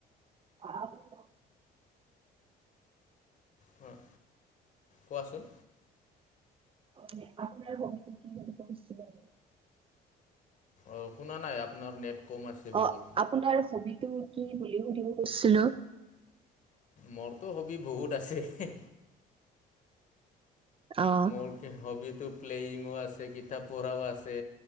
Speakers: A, on the right (about 35°); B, on the left (about 50°).
A: আপুনি কওক।
B: হম, কোৱাচোন?
A: মানে আপোনাৰ হবিতটো কি বুলি পঢ়িছিলে আৰু <unintelligible>
B: অ' শুনা নাই আপোনাৰ নেট কম আছে বহুত
A: অ' আপোনাৰ হবিটো কি বুলি সুধিব খুজিছিলো?
B: মোৰটো হবি বহুত আছে।
A: অ
B: মোৰ হবিটো প্লেয়িঙো আছে কিতাপ পঢ়াও আছে।